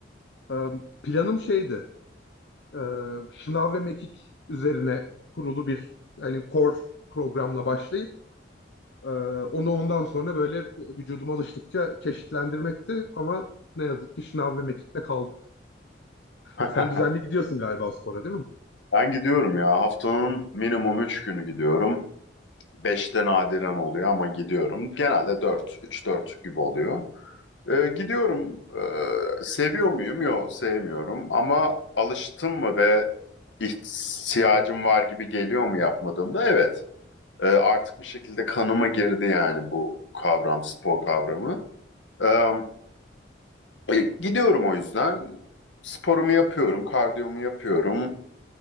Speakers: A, on the left (about 75°); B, on the left (about 90°).
A: Ee, planım şeydi. e, Şınav ve Mekik üzerine kurulu bir hani core programla başlayıp e, onu ondan sonra böyle vücuduma alıştıkça çeşitlendirmekti ama ne yazık ki Şınav ve Mekik'te kaldım.
B: <laughs>
A: Sen düzenli gidiyorsun galiba spora değil mi?
B: Ben gidiyorum ya. Haftanın minimum 3 günü gidiyorum. Beşte nadiren oluyor ama gidiyorum. Genelde dört, üç dört gibi oluyor. Ee, gidiyorum. Ee, seviyor muyum? Yok, sevmiyorum. Ama alıştım mı ve ihtiyacım var gibi geliyor mu yapmadığımda? Evet. Ee, artık bir şekilde kanıma girdi yani bu kavram, spor kavramı. Ee, e, gidiyorum o yüzden. Sporumu yapıyorum, kardiyomu yapıyorum.